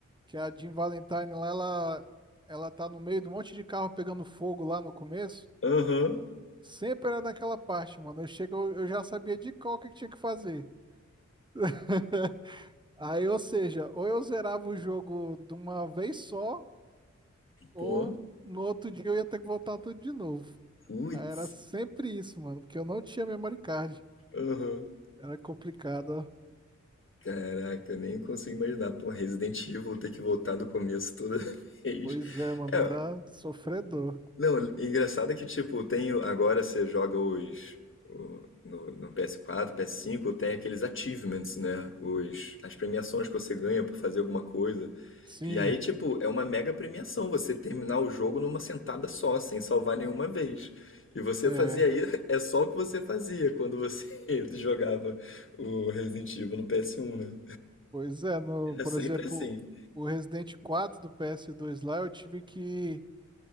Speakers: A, on the right; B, on the left.
A: que a Jill Valentine lá, ela ela tá no meio de um monte de carro pegando fogo lá no começo.
B: Aham.
A: Sempre era naquela parte, mano. Eu chego, eu eu já sabia de qual que tinha que fazer. <laughs> Aí, ou seja, ou eu zerava o jogo de uma vez só, ou
B: Pô.
A: no outro dia eu ia ter que voltar tudo de novo.
B: Putz,
A: Aí Era sempre isso, mano, porque eu não tinha memory card.
B: aham.
A: Era complicado.
B: Caraca, nem consigo imaginar. Pô, Resident Evil ter que voltar do começo toda <laughs> vez.
A: Pois é, mano,
B: É,
A: era sofredor.
B: Não, engraçado é que, tipo, tem o- agora você joga os. o- no, no PS4, PS5, tem aqueles achievements, né? Os, as premiações que você ganha por fazer alguma coisa.
A: Sim,
B: E aí, tipo, é uma mega premiação você terminar o jogo numa sentada só, sem salvar nenhuma vez. E você
A: é.
B: fazia aí, <laughs> é só o que você fazia quando você <laughs> jogava o Resident Evil no PS1, né?
A: Pois é, no,
B: Era
A: por
B: sempre
A: exemplo,
B: assim.
A: o Resident quatro do PS2 lá, eu tive que